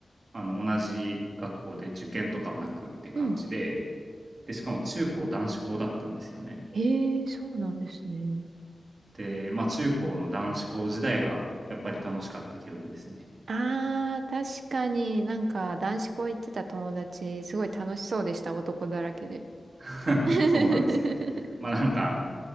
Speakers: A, on the right; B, on the right.
A: あの、同じ学校で受験とかもなくって感じで、
B: うん。
A: で、しかも中高男子校だったんですよね。
B: ええー、そうなんですね。
A: で、まあ中高の男子校時代がやっぱり楽しかった記憶ですね。
B: ああ、確かになんか男子校行ってた友達、すごい楽しそうでした、男だらけで。
A: <laughs>
B: <laughs>
A: そうなんですよ。まあなんか、